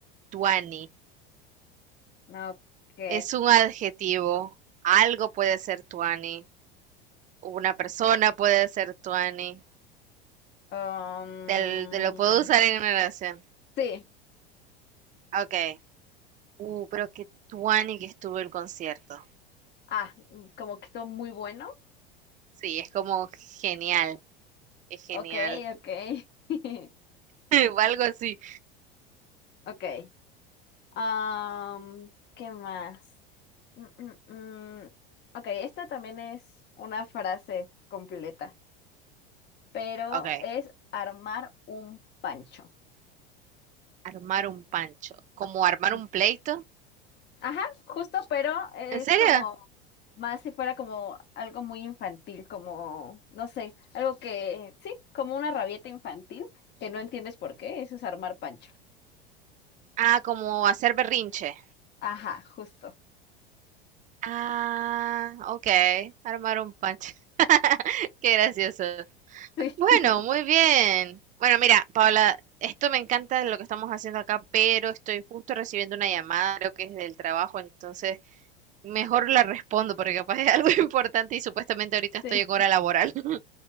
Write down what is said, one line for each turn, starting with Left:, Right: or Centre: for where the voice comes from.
Right: tuani.
Left: Ok.
Right: Es un adjetivo. Algo puede ser tuani. Una persona puede ser tuani.
Left: Um,
Right: Te, l- te lo puedo usar en una oración.
Left: sí.
Right: Ok. Uh, pero qué tuani que estuvo el concierto.
Left: Ah, mm, como que estuvo muy bueno.
Right: Sí, es como genial. Es genial.
Left: Ok, ok. <laughs>
Right: <laughs> O algo así.
Left: Ok. Am, ¿qué más? Mm, mm, mm. Ok, esta también es una frase completa, pero
Right: Ok.
Left: es armar un pancho.
Right: Armar un pancho. ¿Como armar
Left: Ujú.
Right: un pleito?
Left: Ajá, justo, pero es
Right: ¿En serio?
Left: como más si fuera como algo muy infantil, como, no sé, algo que, sí, como una rabieta infantil, que no entiendes por qué, eso es armar pancho.
Right: Ah, como hacer berrinche.
Left: Ajá, justo.
Right: Ah, ok. Armar un pancho. <laughs> Qué gracioso.
Left: <laughs>
Right: Bueno, muy bien. Bueno, mira, Paula, esto me encanta lo que estamos haciendo acá, pero estoy justo recibiendo una llamada, creo que es del trabajo, entonces mejor la respondo porque capaz es algo <laughs> importante y supuestamente ahorita estoy
Left: Sí,
Right: en hora
Left: sí,
Right: laboral. <laughs>